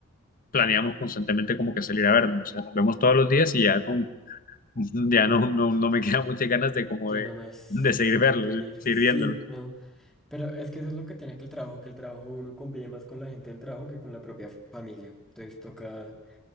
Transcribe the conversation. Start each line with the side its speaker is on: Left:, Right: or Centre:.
Left: planeamos constantemente como que salir a vernos. O sea, nos vemos todos los días y ya con, <laughs> ya no, no, no me <laughs> quedan muchas ganas de como
Centre: ya
Left: de,
Centre: nomás
Left: de seguir
Centre: de
Left: verlos,
Centre: convivir,
Left: ¿sí? seguir
Centre: sí,
Left: viéndolos.
Centre: no. Pero es que eso es lo que tiene que el trabajo, que el trabajo uno convive más con la gente del trabajo que con la propia familia. Entonces toca,